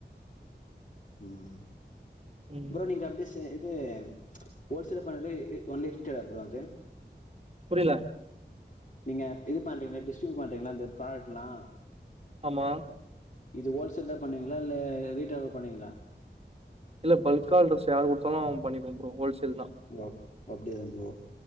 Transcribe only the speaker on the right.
ம்
புரில
ஆமா
இல்ல பல்கா அல்ட்ரஸ் யாரு குடுத்தாலு அவு பண்ணி குத்ருவோ ஹோல்ஸ் இதுதா